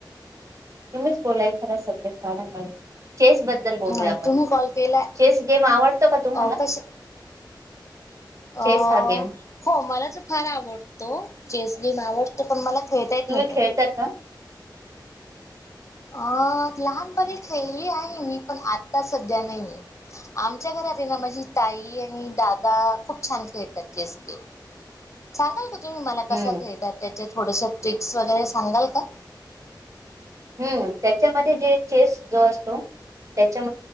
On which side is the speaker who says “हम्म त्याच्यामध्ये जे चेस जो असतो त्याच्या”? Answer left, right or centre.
Right